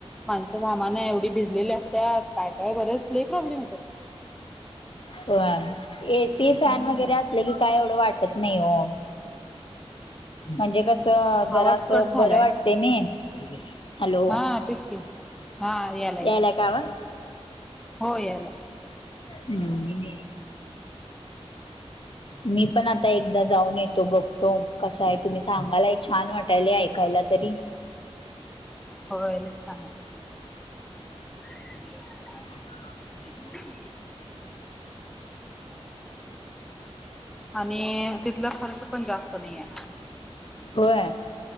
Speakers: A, in the centre; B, on the left.
A: माणसं घामान एवढी भिजलेली असत्यात काय काय बरेच लय प्रॉब्लेम येतात
B: होय एसी, फॅन
A: हम्म
B: वगैरे असले की काय एवढं वाटत नाही हो म्हणजे कस अ जरा
A: आवाज
B: अस
A: कट झालाय
B: बरं वाटतय नी हॅलो
A: हा तेच की हा यालाय
B: यायला
A: यालाय
B: का आवाज
A: हो यालाय
B: हम्म
A: थ
B: मी पण आता एकदा जाऊन येतो बघतो कसा आहे तुम्ही सांगायलाय छान वाटायला ऐकायला तरी,
A: होले छान आहे, ह,
B: र
A: र आणि तिथल खर्च पण जास्त नाहीये
B: होय